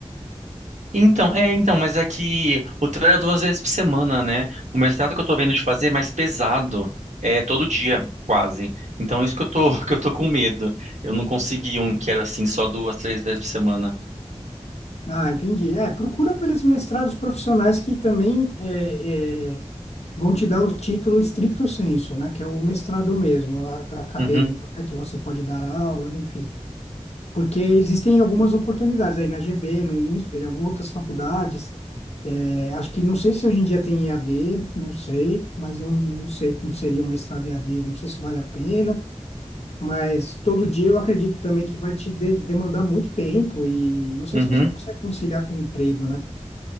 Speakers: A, on the right; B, on the left.
A: Então, é, então, mas é que o trabalho é duas vezes por semana, né? O mestrado que eu tô vendo de fazer é mais pesado, é todo dia, quase. Então, isso que eu tô, <laughs> que eu tô com medo. Eu não consegui um que era assim, só duas, três vezes por semana.
B: Ah, entendi. É, procura pelos mestrados profissionais que também é, é, vão te dar o título stricto sensu, né? Que é o mestrado mesmo, a- acadêmico,
A: Uhum,
B: né? Que você pode dar aulas, enfim. porque existem algumas oportunidades aí na GV, no INSPER, em algumas outras faculdades. É, acho que não sei se hoje em dia tem EAD, não sei, mas eu não sei como seria o mestrado EAD, não sei se vale a pena, mas todo dia eu acredito também que vai te de- demandar muito tempo e não sei
A: uhum.
B: se você consegue conciliar com o emprego, né?